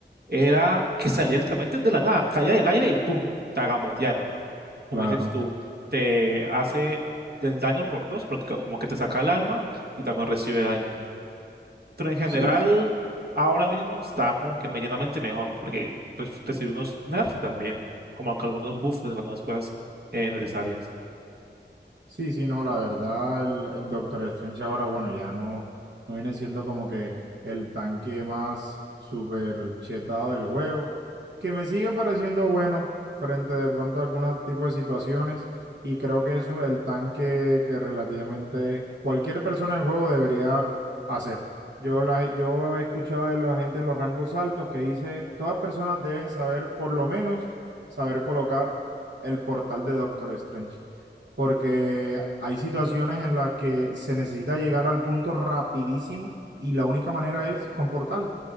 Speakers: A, on the right; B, on the right.
A: era que salía literalmente de la nada, caía del aire y pum, te agamotearon. Como
B: Claro.
A: dices tú, te hace del daño por dos, porque co- como que te saca el alma y también recibe daño. Pero en general,
B: Sí,
A: ahora mismo está como que medianamente mejor, porque pues, recibe unos nerfs y también como que algunos buffs de algunas cosas eh, necesarias.
B: Sí, sí, no, la verdad, el, el Doctor Strange ahora, bueno, ya no, no viene siendo como que el tanque más super chetado del juego, que me sigue pareciendo bueno frente de pronto a algunos tipos de situaciones y creo que es un- el tanque que relativamente cualquier persona en el juego debería hacer. Yo, la, yo he escuchado de la gente en los rangos altos que dice, todas personas deben saber por lo menos saber colocar el portal de Doctor Strange porque hay situaciones en las que se necesita llegar al punto rapidísimo y la única manera es con portal.